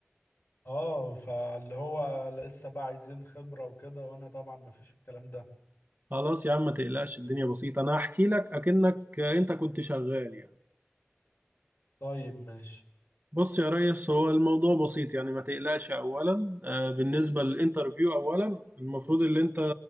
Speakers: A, on the left (about 85°); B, on the right (about 45°).
A: اه فاللي هو لسه بقى عايزين خبرة وكده وانا طبعا مفيش الكلام ده
B: خلاص يا عم ما تقلقش الدنيا بسيطة أنا هحكي لك أكنك أنت كنت شغال يعني
A: طيب ماشي
B: بص يا ريس هو الموضوع بسيط يعني ما تقلقش اولا آه، بالنسبه للانترفيو اولا المفروض ان انت